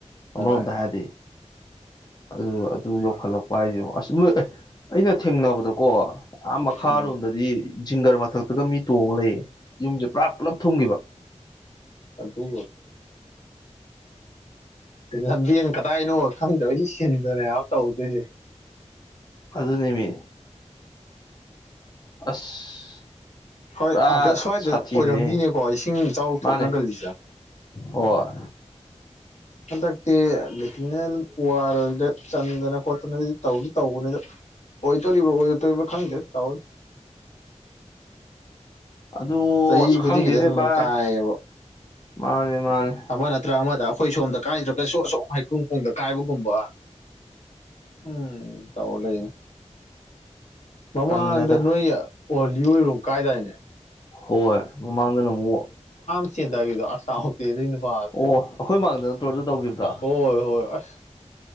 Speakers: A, on the left; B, on the left.
A: ꯑꯃꯔꯣꯝꯗ
B: ꯍꯣꯏ
A: ꯍꯥꯏꯔꯗꯤ ꯑꯗꯨ ꯑꯗꯨ ꯌꯧꯈꯠꯂꯛꯄ ꯍꯥꯏꯁ ꯑꯁ ꯅꯣꯏ ꯑꯦ ꯑꯩꯅ ꯊꯦꯡꯅꯕꯗꯀꯣ ꯑꯥ ꯃꯈꯥꯔꯣꯝꯗꯗꯤ
B: ꯎꯝ
A: ꯁꯤꯡꯒꯔ ꯃꯊꯛꯇꯒ ꯃꯤ ꯇꯣꯡꯉ ꯂꯩꯌꯦꯦ ꯌꯨꯝꯁꯦ ꯄꯨꯔꯥ ꯄꯨꯂꯞ ꯊꯨꯝꯈꯤꯕ
B: ꯑ ꯇ ꯑꯗꯨ ꯂꯝꯕꯦꯟ ꯀꯗꯥꯏꯅꯣ ꯁꯪꯗꯕꯁ ꯁꯤꯟꯗꯅꯦ ꯇꯧꯗꯣꯏꯁꯦ
A: ꯑꯗꯨ ꯑꯗꯨꯅꯦꯃꯤ ꯑꯁ
B: ꯍꯣꯏ
A: ꯄꯨꯔꯥ
B: ꯑꯥꯒꯁ ꯁ꯭ꯋꯥꯏꯗ
A: ꯁꯥꯊꯤꯕꯅꯦ
B: ꯑꯣꯏꯔꯝꯅꯤꯅꯦꯀꯣ ꯏꯁꯤꯡ ꯏꯆꯥꯎꯔ
A: ꯃꯥꯅꯦ
B: ꯊꯣꯛꯅꯒꯜꯂꯤꯁꯦ ꯑꯣ
A: ꯍꯣꯏ
B: ꯍꯟꯗꯛꯇꯤ ꯂꯤꯦꯇꯤꯅꯦꯜ ꯋꯥꯔꯜꯗ ꯆꯟꯗꯅ ꯈꯣꯠꯇꯅ ꯇꯧꯗꯤ ꯇꯧꯕꯅꯤꯗ ꯑꯣꯏ ꯇꯧꯔꯤꯔꯤꯕ ꯑꯣꯏ ꯇꯧꯔꯤꯕ ꯈꯪꯖꯦ ꯇꯋ
A: ꯑꯗꯨ
B: ꯆꯍꯤ
A: ꯑꯁ
B: ꯈꯨꯗꯤꯡꯒꯤꯗ
A: ꯈꯪꯗꯦꯅꯦ
B: ꯑꯗꯨꯝ
A: ꯚꯥꯏ
B: ꯀꯥꯏꯌꯦꯕ
A: ꯃꯥꯅꯦ ꯃꯥꯅꯦ
B: ꯑꯃ ꯅꯠꯇ꯭ꯔ ꯑꯃꯗ ꯑꯩꯈꯣꯏ ꯁꯣꯝꯗ ꯀꯥꯏꯗ꯭ꯔꯒꯁꯨ ꯑꯁꯣ ꯍꯩꯈꯨ ꯄꯨꯡꯗ ꯀꯥꯏꯕꯒꯨꯝꯕ ꯎꯝ ꯇꯍ ꯂꯩ ꯃꯃꯥꯡꯗ
A: ꯇꯜꯂꯦꯗ
B: ꯅꯣꯏ ꯑꯣꯜꯂꯤꯣꯏꯔꯣ ꯀꯥꯏꯗꯥꯏꯅꯦ
A: ꯍꯣꯏ ꯃꯃꯥꯡꯗꯅ ꯑꯃꯨꯛ
B: ꯆꯤꯡꯟ ꯀꯗꯣ ꯑꯁꯛꯇ ꯑꯗꯨꯅ
A: ꯑꯣ
B: ꯄꯦ
A: ꯑꯩꯈꯣꯏ ꯃꯥꯡꯗ ꯅꯠꯇ꯭ꯔꯣ ꯑꯗꯨ ꯇꯧꯈꯤꯕꯗꯣ
B: ꯍꯣꯏ ꯍꯣꯏ ꯑꯁ